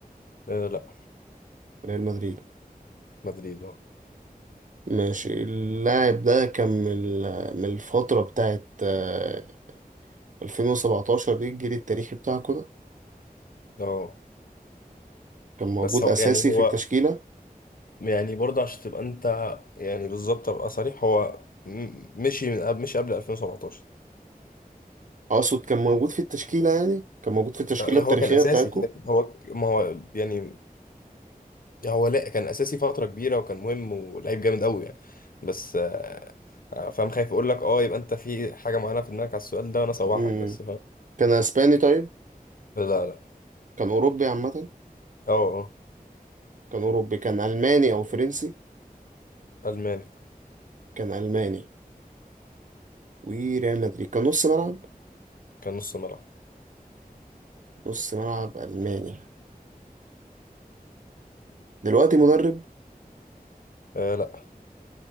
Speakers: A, on the left (about 65°); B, on the right (about 55°).
A: آه لا
B: ريال مدريد
A: مدريد اه
B: ماشي اللاعب ده كان من ال- من الفترة بتاعت آه، 2017 دي الجيل التاريخي بتاعكم ده
A: اه
B: كان موجود
A: بس هو
B: أساسي
A: يعني هو
B: في التشكيلة
A: يعني برضه عشان تبقى انت يعني بالظبط ابقى صريح هو م- مشي من قبل مشي قبل 2017
B: أقصد كان موجود في التشكيلة يعني كان موجود في التشكيلة
A: آه، يعني
B: التاريخية
A: هو كان اساسي
B: بتاعتكم
A: كده كده. هو ك- ما هو يعني يعني هو لا كان اساسي فتره كبيره وكان مهم ولعيب جامد قوي يعني بس آه، آه، فاهم خايف اقول لك اه يبقى انت في حاجه معينه في دماغك على السؤال ده وانا صوحك
B: مم.
A: بس فاهم
B: كان أسباني طيب
A: لا لا
B: كان أوروبي عامة
A: اه اه
B: كان أوروبي كان ألماني أو فرنسي
A: الماني
B: كان ألماني وريال مدريد كان نص ملعب
A: كان نص ملعب
B: نص ملعب ألماني دلوقتي مدرب
A: آه لا